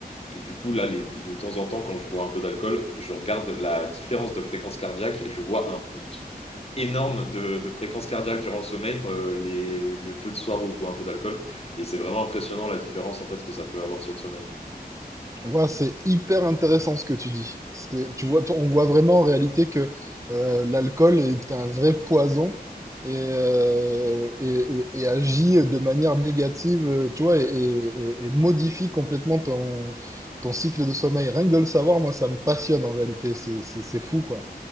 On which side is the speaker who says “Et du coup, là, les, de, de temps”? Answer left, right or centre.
Left